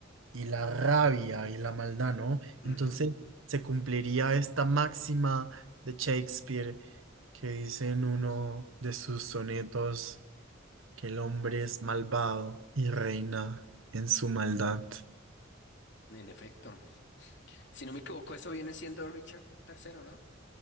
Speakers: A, on the right; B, on the left.
A: y la rabia y la maldad, ¿no?
B: Ujú,
A: Entonces se cumpliría esta máxima de Shakespeare que dice en uno de sus sonetos que el hombre es malvado y reina en su maldad.
B: En efecto. Si no me equivoco, eso viene siendo Richard Tercero, ¿no?